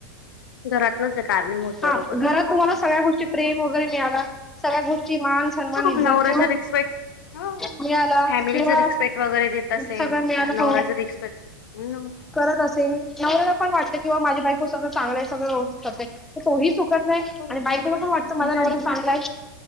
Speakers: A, on the left; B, in the centre.
A: घरातलंच आहे कारणीभूत बरोबर
B: हा घरात तुम्हाला सगळ्या गोष्टी प्रेम वगैरे मिळाला सगळ्या गोष्टी मान सन्मान
A: हो
B: इज्जत
A: नवरा
B: किंवा
A: जर एक्सपेक्ट हो
B: मिळाला
A: फॅमिली
B: किंवा
A: जर रिस्पेक्ट वगैरे देत असेल
B: सगळं मिळाला
A: अ, नवरा
B: हो
A: जर रिस्पेक्ट नो.
B: करत असेल नवऱ्याला पण वाटत की हो माझी बायको सगळं चांगल आहे सगळं तोही त नाही
A: हो.
B: आणि बायकोला पण वाटत माझ
A: नाही
B: नवरा चांगलाय.